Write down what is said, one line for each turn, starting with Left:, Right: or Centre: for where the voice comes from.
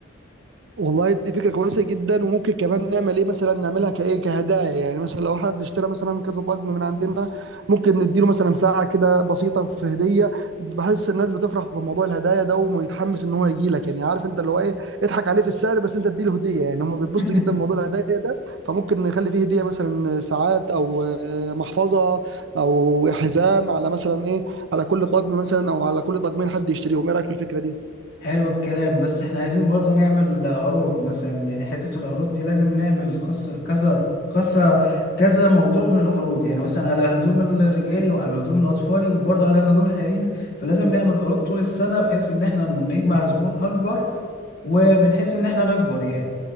Right: والله دي فكرة كويسة جدا وممكن كمان نعمل ايه مثلا نعملها كايه كهدايا يعني مثلا لو حد اشترى مثلا كذا طقم من عندنا ممكن نديله مثلا ساعة كده بسيطة في هدية بحس الناس بتفرح بموضوع الهدايا ده ويتحمس ان هو يجي لك يعني عارف انت اللي هو ايه اضحك عليه في السعر بس انت اديله هدية يعني هم بيتبسطوا
Left: <laughs>
Right: جدا بموضوع الهدايا ده فممكن نخلي فيه هدية مثلا ساعات او آه، محفظة او حزام على مثلا ايه على كل طقم مثلا او على كل طقمين حد يشتريهم ايه رأيك في الفكرة دي؟
Left: حلو الكلام بس احنا عايزين برضو نعمل عروض مثلا يعني حتة العروض دي لازم نعمل قصة كذا قصة كذا موضوع من العروض يعني مثلا على هدوم الرجالي وعلى هدوم الأطفالي وبرضو على الهدوم الحريمي فلازم نعمل عروض طول السنة بحيث ان احنا نجمع زبون أكبر وبنحيث ان احنا نكبر يعني